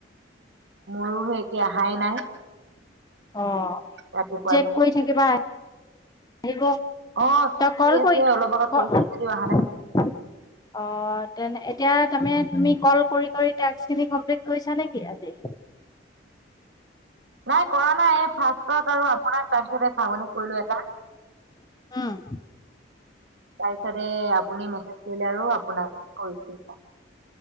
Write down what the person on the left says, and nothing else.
অহ,
চেক
কৰি থাকিবা। আহিব,
ত' কল
কৰি,
ক'।
অ' তেন, এতিয়া তুমি, তুমি কল কৰি কৰি টাস্কখিনি কমপ্লিট কৰিছা নেকি আজি?
উম!